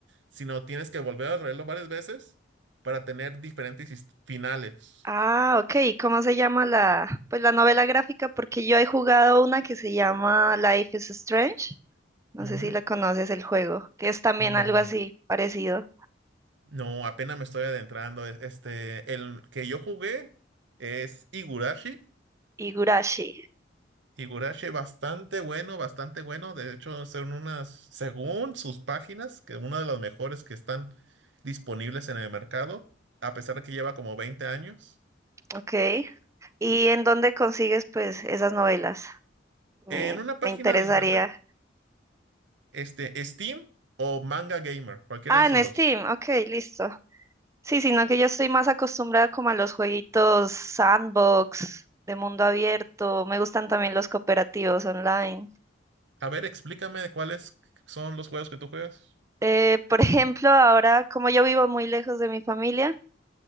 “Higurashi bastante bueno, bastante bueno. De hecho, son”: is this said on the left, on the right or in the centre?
Right